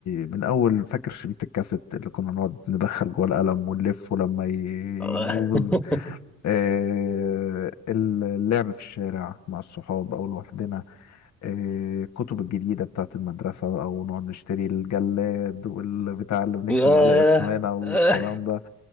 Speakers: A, on the left; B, in the centre.
A: من اول فاكر شريط الكاسيت اللي كنا نقعد ندخل جوه القلم ونلف ولما ي-
B: <laughs>
A: يبوظ آه، اللعب في الشارع مع الصحاب أو لوحدنا آه، الكتب الجديدة بتاعت المدرسة أو نقعد نشتري الجلاد والبتاع اللي بنكتب
B: ياه
A: عليه اسمنا والكلام
B: اه
A: ده